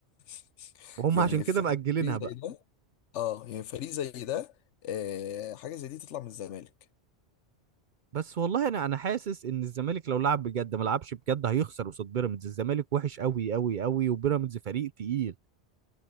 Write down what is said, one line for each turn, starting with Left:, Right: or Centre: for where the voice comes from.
Left: <laughs>
Right: وهم
Left: يعني
Right: عشان كده
Left: فريق
Right: مأجلينها
Left: فريق
Right: بقى
Left: زي ده اه يعني فريق زي ده آه حاجة زي دي تطلع من الزمالك
Right: بس والله انا انا حاسس ان الزمالك لو لعب بجد ما لعبش بجد هيخسر قصاد بيراميدز الزمالك وحش قوي قوي قوي وبيراميدز فريق تقيل